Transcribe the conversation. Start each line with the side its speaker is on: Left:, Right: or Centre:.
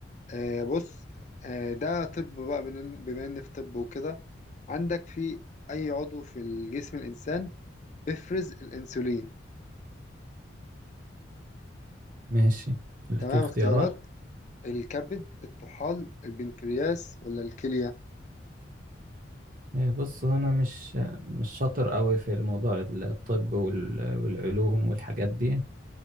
Left: آه بص آه ده طب بقى بن- بما ان في طب وكده عندك في اي عضو في الجسم الانسان بيفرز الانسولين
Right: ماشي
Left: تمام
Right: في اختيارات
Left: اختيارات الكبد الطحال البنكرياس ولا الكلية
Right: إيه، بص هو انا مش مش شاطر قوي في الموضوع الطب وال- والعلوم والحاجات دي